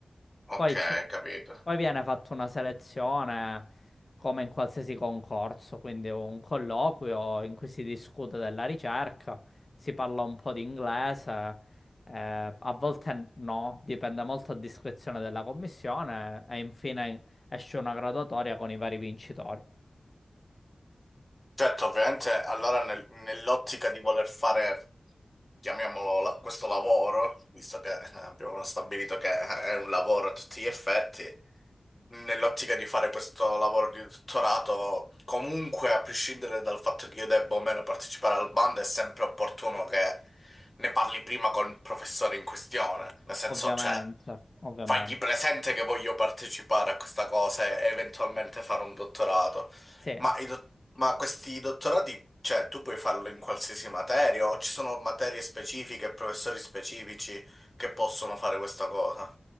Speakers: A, on the left; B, on the left.
A: <laughs>
B: Poi,
A: Ok,
B: ci-
A: capito.
B: poi viene fatta una selezione come in qualsiasi concorso, quindi un colloquio in cui si discute della ricerca, si parla un po' di inglese, eh, a volte no, dipende molto a discrezione della commissione e infine esce una graduatoria con i vari vincitori.
A: Certo, ovviamente allora nel- nell'ottica di voler fare, chiamiamolo la- questo lavoro, visto che eh, abbiamo stabilito che è un lavoro a tutti gli effetti, nell'ottica di fare questo lavoro di dottorato, comunque a prescindere dal fatto che io debba o meno partecipare al bando, è sempre opportuno che ne parli prima con il professore in questione. Nel senso,
B: Ovviamente,
A: cioè,
B: ovviamente.
A: fagli presente che voglio partecipare a questa cosa e eventualmente fare un dottorato.
B: Sì,
A: Ma, i dot- ma questi dottorati, cioè, tu puoi farlo in qualsiasi materia o ci sono materie specifiche, professori specifici che possono fare questa cosa?